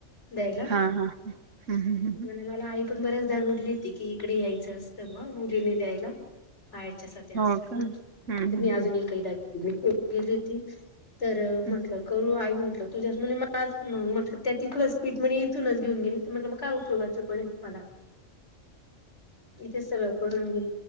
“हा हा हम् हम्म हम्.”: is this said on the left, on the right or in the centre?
Right